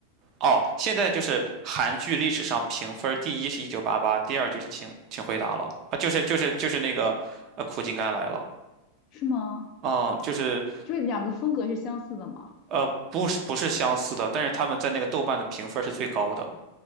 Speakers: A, on the right; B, on the left.
A: 哦，现在就是韩剧历史上评分第一是一九八八，第二就是请请回答了啊，就是就是就是那个呃苦尽甘来了，
B: 是吗？
A: 嗯，就是
B: 就是两个风格是相似的吗？
A: 呃不是不是相似的，但是他们在那个豆瓣的评分是最高的，